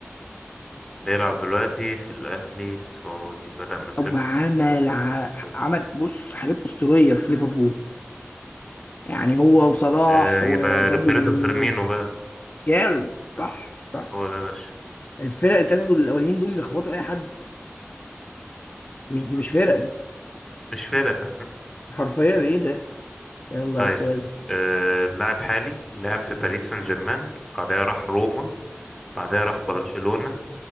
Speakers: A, in the centre; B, on the left (about 35°).
A: بيلعب دلوقتي في الأهلي السعودي بدأ مسيرته
B: وعمل
A: في- الأهلي
B: ع-
A: السعودي.
B: عمل بص حاجات اسطوريه في ليفربول يعني هو وصلاح
A: آه
B: وساديو
A: يبقى روبرتو
B: ماني
A: فيرمينو
B: و-
A: بقى
B: جامد صح
A: بس
B: صح
A: هو ده يا باشا
B: الفرق التلاتة دول الأولين دول اللي خبطوا أي حد مش دي مش فرق دي
A: مش فرق
B: حرفيا إيه ده يلا
A: طيب
B: هات سؤال
A: آه لاعب حالي لعب في باريس سان جيرمان بعدها راح روما بعدها راح برشلونة